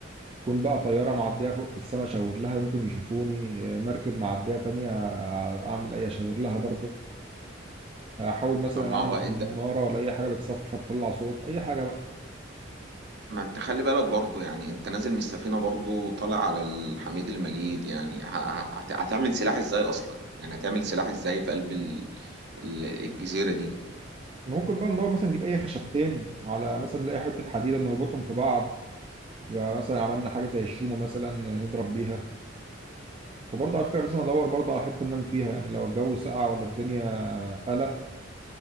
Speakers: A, on the right (about 30°); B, on the right (about 60°).
A: كون بقى طياره معديه فوق في السماء اشاور لها ممكن يشوفوني آه، مركب معديه تانية آه، اعمل اي اشاور لها برضو احاول مثلا
B: طب ما
A: اعمل
B: هو انت
A: زماره ولا اي حاجه بتصفر تطلع صوت اي حاجه بقى
B: ما انت خلي بالك برضو يعني انت نازل من السفينه برضو طالع على الحميد المجيد يعني ه- ه- هت- هتعمل سلاح ازاي اصلا يعني هتعمل سلاح ازاي في قلب ال- ال- الجزيره دي
A: ممكن بقى ندور مثلا نجيب اي خشبتين على مثلا نلاقي حته حديده نربطهم في بعض يبقى مثلا عملنا حاجه زي الشومه مثلا نضرب بيها وبرضه على فكره لازم ادور برضه على حته انام فيها يعني لو الجو ساقع ولا الدنيا قلق